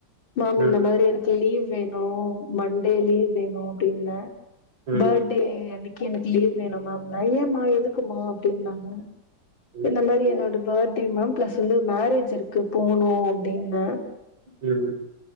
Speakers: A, on the left; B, on the right.
A: மாம்
B: ம்
A: இந்த மாரி எனக்கு லீவ் வேணும் மண்டே லீவ் வேணும் அப்டின்ன
B: ம்
A: பர்த்டே அன்னிக்கு எனக்கு லீவ் வேணும் மேம்ன்ன ஏன்மா எதுக்குமா அப்டின்னாங்க
B: ம் ம்
A: இந்த மாரி என்னோட பர்த்டே மேம் பிளஸ் வந்து மேரேஜ் இருக்கு போனும் அப்டின்ன
B: ம்